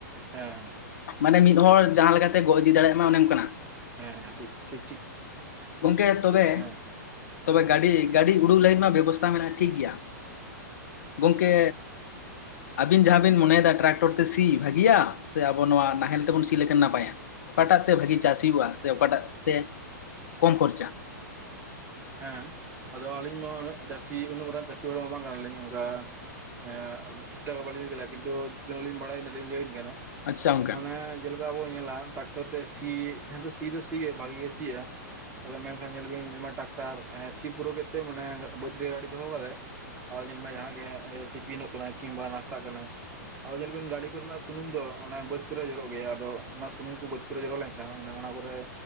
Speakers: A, on the right; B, on the left.
A: ᱦᱮᱸ
B: ᱢᱟᱱᱮ ᱢᱤᱫ ᱦᱚᱲ ᱡᱟᱦᱟᱸ ᱞᱮᱠᱟᱛᱮ ᱜᱚᱫ ᱤᱫᱤ ᱫᱟᱲᱮᱭᱟᱜ ᱢᱟ ᱚᱱᱮ ᱚᱱᱠᱟᱱᱟᱜ
A: ᱦᱮᱸ ᱴᱷᱤᱠ ᱴᱷᱤᱠ ᱴᱷᱤᱠ
B: ᱜᱚᱢᱠᱮ ᱛᱚᱵᱮ
A: ᱴᱷᱤᱠ ᱦᱮᱸ
B: ᱛᱚᱵᱮ ᱜᱟᱹᱰᱤ ᱜᱟᱹᱰᱤ ᱩᱰᱩᱠ ᱞᱟᱹᱜᱤᱫ ᱨᱮᱱᱟᱜ ᱵᱮᱵᱚᱥᱛᱷᱟ ᱢᱮᱱᱟᱜᱼᱟ ᱴᱷᱤᱠ ᱜᱮᱭᱟ ᱜᱚᱝᱠᱮ ᱟᱵᱤᱱ ᱡᱟᱦᱟᱸ ᱵᱤᱱ ᱢᱚᱱᱮᱭᱮᱫᱟ ᱴᱨᱟᱠᱴᱚᱨ ᱛᱮ ᱥᱤ ᱵᱷᱟᱹᱜᱤᱭᱟ ᱥᱮ ᱟᱵᱚ ᱱᱚᱣᱟ ᱱᱟᱦᱮᱞ ᱛᱮᱵᱚᱱ ᱥᱤ ᱞᱮᱠᱷᱟᱱ ᱱᱟᱯᱟᱭᱟ ᱚᱠᱟᱴᱟᱜ ᱛᱮ ᱵᱷᱟᱜᱤ ᱪᱟᱥ ᱦᱩᱭᱩᱜᱼᱟ ᱥᱮ ᱚᱠᱟᱴᱟᱜ ᱛᱮ ᱠᱚᱢ ᱠᱷᱚᱨᱪᱟ
A: ᱦᱮᱸ ᱟᱫᱚ ᱟᱹᱞᱤᱧ ᱢᱟ ᱩᱱᱟᱹᱜ ᱪᱟᱹᱥᱤ ᱩᱱᱟᱹᱜ ᱢᱟᱨᱟᱝ ᱪᱟᱹᱥᱤ ᱦᱚᱲ ᱢᱟ ᱵᱟᱝ ᱠᱟᱱᱟᱞᱤᱧ ᱚᱱᱠᱟ <unintelligible> ᱴᱷᱤᱠ ᱴᱷᱟᱠ ᱵᱟᱹᱞᱤᱧ ᱞᱟᱹᱭ ᱫᱟᱲᱮᱭᱟᱜᱼᱟ ᱠᱤᱱᱛᱩ ᱛᱤᱱᱟᱹᱜ ᱞᱤᱧ ᱵᱟᱲᱟᱭᱟ ᱩᱱᱟᱹᱜ ᱫᱚ ᱞᱤᱧ ᱞᱟᱹᱭᱮᱫ ᱜᱮᱭᱟᱱᱟᱜ
B: ᱟᱪᱪᱷᱟ ᱜᱚᱝᱠᱮ
A: ᱢᱟᱱᱮ ᱡᱮᱞᱮᱠᱟ ᱟᱵᱚ ᱧᱮᱞᱟ ᱴᱟᱨᱟᱠᱴᱚᱨ ᱛᱮ ᱥᱤ ᱦᱮᱛᱚ ᱥᱤ ᱫᱚ ᱥᱤ ᱜᱮ ᱵᱷᱟᱜᱤ ᱜᱮ ᱥᱤᱭᱟ ᱟᱫᱚ ᱢᱮᱱᱠᱷᱟᱱ ᱧᱮᱞᱵᱤᱱ ᱴᱨᱟᱠᱴᱟᱨ ᱥᱤ ᱯᱩᱨᱟᱹ ᱠᱮᱫ ᱛᱮ ᱢᱟᱱᱮ ᱵᱟᱹᱫᱽ ᱨᱮ ᱜᱟᱹᱰᱤ ᱫᱚᱦᱚ ᱠᱟᱫᱟᱭ ᱟᱫᱚ ᱧᱮᱞ ᱢᱮ ᱡᱟᱦᱟᱸ ᱜᱮ ᱴᱤᱯᱤᱱᱚᱜ ᱠᱟᱱᱟ ᱠᱤᱢᱵᱟ ᱱᱟᱥᱛᱟᱜ ᱠᱟᱱᱟᱭ ᱟᱫᱚ ᱧᱮᱞ ᱵᱮᱱ ᱜᱟᱹᱰᱤ ᱠᱚᱨᱮᱱᱟᱜ ᱥᱩᱱᱩᱢ ᱫᱚ ᱚᱱᱟ ᱵᱟᱹᱫᱽ ᱠᱚᱨᱮ ᱡᱚᱨᱚᱜ ᱜᱮᱭᱟ ᱟᱫᱚ ᱚᱱᱟ ᱥᱩᱱᱩᱢ ᱠᱚ ᱵᱟᱹᱫᱽ ᱠᱚᱨᱮ ᱡᱚᱨᱚ ᱞᱮᱱᱠᱷᱟᱱ ᱚᱱᱟ ᱠᱚᱨᱮ